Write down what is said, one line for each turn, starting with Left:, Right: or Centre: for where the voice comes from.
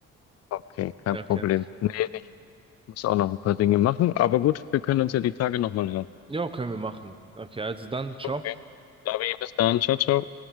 Left: okay, kein
Right: Okay.
Left: Problem. Nee, ich muss auch noch ein paar Dinge machen. Aber gut, wir können uns ja die Tage nochmal hören.
Right: Ja, können wir machen. Okay, also dann, ciao.
Left: Okay. Davi, bis dann. Ciao, ciao.